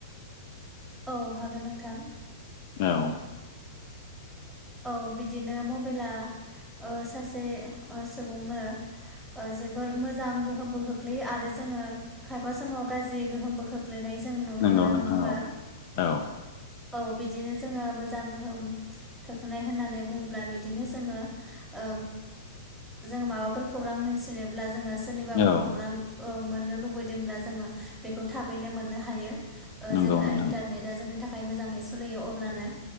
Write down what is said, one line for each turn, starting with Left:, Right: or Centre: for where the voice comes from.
Centre: औ हागोन नोंथां।
Left: औ
Centre: औ बिदिनो मबाइला ओ सासे ओ सुबुंनो ओ जोबोर मोजां गोहोमबो खोख्लैयो आरो जोङो खायफा समाव गाज्रि गोहोमबो खोख्लैयो। खोख्लैनाय जों नुनो
Left: नंगौ
Centre: मोनो
Left: नोंथां
Centre: नङा होमबा
Left: औ औ
Centre: औ बिदिनो जोङो मोजां गोहोम। खोखलैनाय होननानै बुंङोब्ला बिदिनो जोङो ओ जों माबाफोर खौरां मोनथिनोब्ला जोङो सोरनिबाफोर
Left: औ
Centre: खौरां ओ मोननो लुबैदोंब्ला जोङो बेखौ थाबैनो मोननो हायो ओ
Left: नंगौ
Centre: जेब्ला
Left: नोंथां
Centre: इन्टारनेट दा जोंनि थाखाय मोजाङै सोलियो अब्लानो